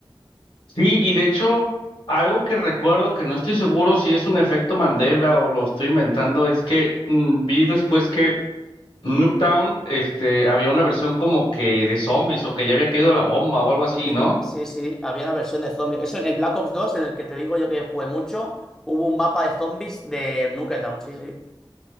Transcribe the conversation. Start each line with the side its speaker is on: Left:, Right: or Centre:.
Left: Sí, y de hecho, algo que recuerdo que no estoy seguro si es un efecto Mandela o lo estoy inventando, es que mm, vi después que Nuketown, este, había una versión como que de zombies o que ya había caído la bomba o algo así,
Centre: Sí,
Left: ¿no?
Centre: sí, sí, había una versión de zombies. Eso en el Black Ops dos en el que te digo yo que jugué mucho, hubo un mapa de zombies de Nuketown, sí, sí.